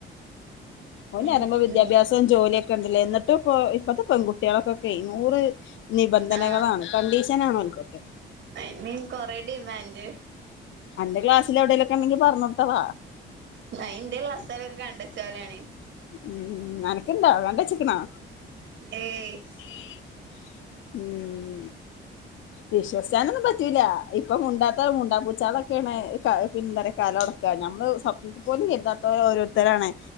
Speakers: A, on the left (about 75°); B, on the right (about 65°).
A: ഓൻ്ററിമ്പോ
B: ഉം
A: വിദ്യാഭ്യസം ജോലി കണ്ടിലേ ന്ന്ട്ട്പ്പോ ഇപ്പത്തെ പെൺകുട്ട്യേളക്കക്കെയ് നൂറ് നിബന്ധനകളാണ്
B: ആ
A: കണ്ടീഷനാണോൽക്കൊക്കെ
B: അയിന് കൊറെ ഡിമാൻഡ്
A: അന്റെ ക്ലാസില് എവിടേലെക്കെണ്ടെങ്കി പറഞ്ഞോട്തള
B: അ ഇന്റെയിലെ ആ സ്ഥലോക്കെ കണ്ടച്ചലാണ്
A: ഉം അനക്ക്ണ്ടാ കണ്ടച്ചിക്കണോ
B: ഏയ്
A: ഉം ഉം വിശ്വസ്ഥാനൊന്നും പറ്റൂല ഇപ്പം മുണ്ടാത്ത മുണ്ടാ പൂചാലെക്കെയാണ് പി പിന്നെ കലോട നമ്മള് സ്വപ്നത്തിപോലും എന്താത്ത ഓരോരുതരാണ്